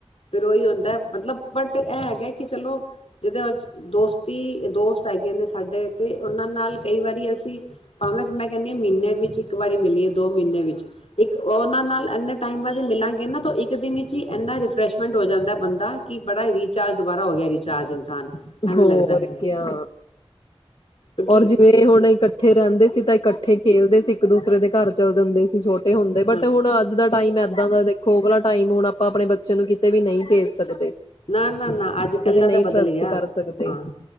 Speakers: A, on the left; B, on the left.
A: ਫਿਰ ਉਹੀ ਹੁੰਦਾ। ਮਤਲਬ, ਬਟ ਇਹ ਹੈਗਾ ਕਿ ਚਲੋ ਜਿਦੋਂ ਅੱਜ ਦੋਸਤੀ ਦੋਸਤ ਹੈਗੇ ਨੇ ਸਾਡੇ ਤੇ ਉਹਨਾਂ ਨਾਲ ਕਈ ਵਾਰੀ ਅਸੀਂ ਭਾਵੇਂ ਮੈਂ ਕਹਿੰਦੀ ਹ ਮਹੀਨੇ ਵਿੱਚ ਇੱਕ ਵਾਰੀ ਮਿਲੀਏ, ਦੋ ਮਹੀਨੇ ਵਿੱਚ ਇੱਕ ਉਹਨਾਂ ਨਾਲ ਇਨੇ ਟਾਈਮ ਬਾਦ ਮਿਲਾਂਗੇ ਨਾ ਇੱਕ ਦਿਨ ਵਿੱਚ ਇਨਾ ਰਿਫਰੈਸ਼ਮੈਂਟ ਹੋ ਜਾਂਦਾ ਬੰਦਾ ਕਿ ਬੜਾ ਰੀਚ ਚਾਰਜ ਦੁਬਾਰਾ ਹੋ ਗਿਆ ਰਿਚਾਰਜ ਇਨਸਾਨ। ਐਵੇਂ
B: ਹੋਰ
A: ਲੱਗਦਾ ਹੈਗਾ
B: ਕਿਆ।
A: ਕਿਉਂਕਿ
B: ਔਰ ਜਿਵੇਂ ਹੁਣ ਇਕੱਠ ਇਕੱਠੇ ਰਹਿੰਦੇ ਸੀ ਤਾਂ ਇਕੱਠੇ ਖੇਲਦੇ ਸੀ। ਇੱਕ ਦੂਸਰੇ ਦੇ ਘਰ ਚਲਦੇ ਜਾਂਦੇ ਸੀ। ਛੋਟੇ ਹੁੰਦੇ
A: ਹਾਂ
B: ਬਟ ਹੁਣ ਅੱਜ ਦਾ ਟਾਈਮ ਇਏਦਾਂ ਦਾ ਦੇਖੋ ਭਲਾ ਟਾਈਮ ਹੁਣ, ਆਪਾਂ ਆਪਣੇ ਬੱਚੇ ਨੂੰ ਕਿਤੇ ਵੀ ਨਹੀਂ ਭੇਜ ਸਕਦੇ।
A: ਨਾ-ਨਾ-ਨਾ, ਅੱਜ-ਕੱਲ
B: ਕਿਸੇ ਤੇ
A: ਦਾ
B: ਨਹੀਂ
A: ਤਾਂ ਬਦਲ
B: ਟਰਸਟ
A: ਗਿਆ,
B: ਕਰ ਸਕਦੇ
A: ਹਾ